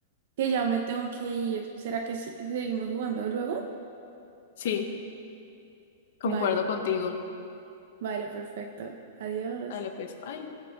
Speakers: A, on the right; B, on the left.
A: que ya me tengo que ir. ¿Será que sí- seguimos jugando luego?
B: Sí. Concuerdo
A: Vale,
B: contigo.
A: vale, perfecto. Adiós.
B: Dale, pues. Bye.